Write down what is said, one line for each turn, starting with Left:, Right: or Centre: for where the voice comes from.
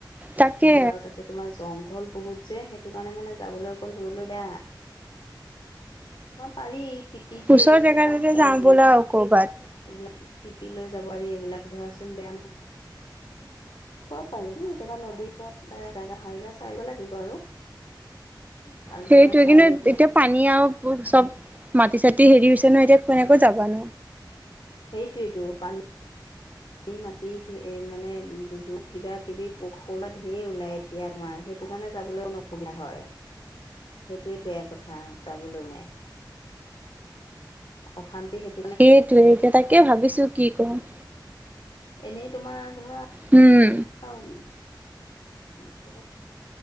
Right: তাকে
Left: আৰু তাতে তোমাৰ জংঘল বহুত যে সেইটো কাৰণে মানে যাবলৈ অকল দূৰলৈ বেয়া। তোমাৰ পাৰি টিপিছে
Right: ওচৰ
Left: এইবিলাকে
Right: জেগাতে
Left: তাত যাব
Right: যাওঁ
Left: পাৰি।
Right: ব'লা আৰু কৰ'বাত
Left: এইবিলাক টিপি লৈ যাব আৰুি এইবিলাক ধৰাচোন বেয়া ন চব পাৰি। কেতিয়াবা নদীৰ চত জাগা ভালক চাই লব লাগিব আৰু। ভাল
Right: সেইটোৱে
Left: জেগা চাই
Right: কিন্তু
Left: লৈ পেলাই
Right: এতিয়া পানী আৰু চব মাটি চাটি হেৰি হৈছে নহয়, এতিয়া কেনেকৈ যাবানো?
Left: সেইটোৱে টো পানী। পানী মাটি ঢেৰ মানে জোক কিবা কিবি পোক পৰুৱাত ঢেৰ ওলাই। এতিয়া তোমাৰ সেইটো কাৰণে যাবলৈ অকন অসুবিধা হয়। সেইটোৱে বেয়া কথা যাবলৈ মানে, অশান্তি সেই-
Right: সেইটোৱে এতিয়া তাকে ভাবিছো কি কৰোঁ।
Left: এনেই তোমাৰ ধৰা।
Right: উম।
Left: <unintelligible> কি তেলে?